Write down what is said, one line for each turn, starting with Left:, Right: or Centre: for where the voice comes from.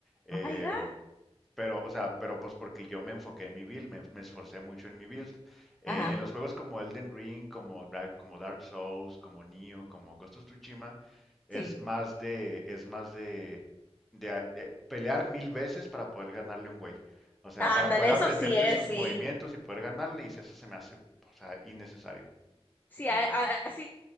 Centre: eh,
Left: Aira.
Centre: pero, o sea, pero pues porque yo me enfoqué en mi build, me, me esforcé mucho en mi build. Eh,
Left: Ajá,
Centre: en los juegos como Elden Ring, como, Dra- como Dark Souls, como Nioh, como Ghost of Tsushima, es
Left: sí.
Centre: más de, es más de, de a- de pelear mil veces para poder ganarle a un güey. O sea,
Left: Ándale,
Centre: para poder
Left: eso
Centre: aprenderte
Left: sí es,
Centre: sus
Left: sí.
Centre: movimientos y poder ganarle, y si eso se me hace, o sea, innecesario.
Left: Sí, a- a- así